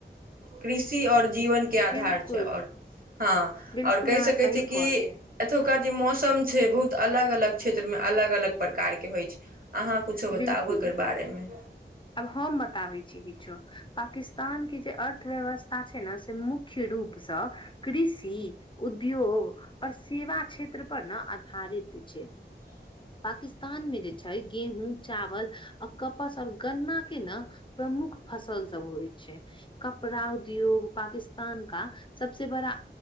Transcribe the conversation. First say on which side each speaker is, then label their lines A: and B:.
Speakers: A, on the right (about 50°); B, on the left (about 25°).
A: कृषि और जीवन के आधार
B: बिलकुल
A: छै। हाँ‌
B: बिलकुल
A: और कहि
B: अहाँ
A: सकै
B: सही
A: छियै। की
B: कहलियै
A: अजुका जे मौसम छै। बहुत अलग अलग क्षेत्र मे अलग अलग प्रकार के होइ छै। अहाँ कुछो बताबु
B: बिलकुल
A: एकर बारेमे
B: आब हम बताबै छी। किछो पाकिस्तान ान के जे अर्थव्यवस्था छै। ने से मुख्य रूप सँ कृषि उद्योग और सेवा क्षेत्र पर ने आधारित छै।
A: <inaudible>
B: पाकिस्तान में जे छै। गेहूँ चावल आ कपस आऔर गन्ना के ने प्रमुख फसल सब होइ छै। ड़ा उद्योग पाकिस्तान का सबस बड़ा